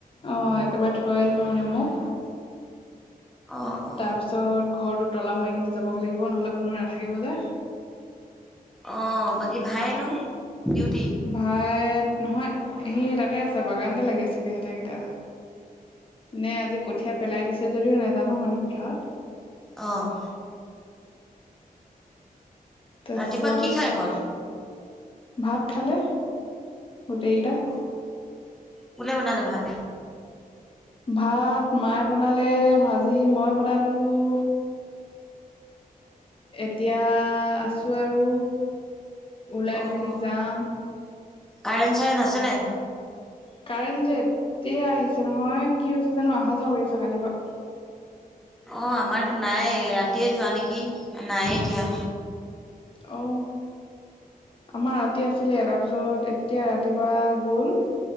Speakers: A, on the left; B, in the centre.
A: অ, একেবাৰে থৈ আহিব মানে মোক।
B: অ। অ
A: তাৰপিছত ঘৰটো তলা মাৰি কিন্তু যাবগৈ লাগিব নহ'লে কোনো নাথাকিব যে।
B: অঁ বাকী ভাইেনো ডিউটি।
A: ভাইট নহয় সি তাতে আছে বাগানতে লাগি আছেগে সেতেকেইটা। নে আজি কঠিয়া পেলাই দিছে যদিও নেজানো মানে পথাৰত।
B: অহ',
A: তাছত
B: ৰাতিপুৱা কি খাই গ'ল?
A: এ ভাত খালে গোটেইকেইটা?
B: অ কোনে বনালে ভাত?
A: ভাত মায়ে বনালে ভাজি মই বনালোঁ। এতিয়া আছোঁ আৰু। ওলাই
B: অঁ
A: মেলি যাম
B: কাৰেণ্ট চাৰেণ্ট আছে নাই?
A: কাৰেণ্ট যে এতিয়া আহিছে নহয় কি হৈছে জানো অহা যোৱা কৰি আছে কালিৰ পৰা।
B: অঁ আমাৰতো নাই ৰাতিয়ে যোৱা নেকি নায়েই এতিয়া।
A: অ আমাৰ ৰাতি আছে। আহিলে তাৰপিছত এতিয়া ৰাতিপুৱা গ'ল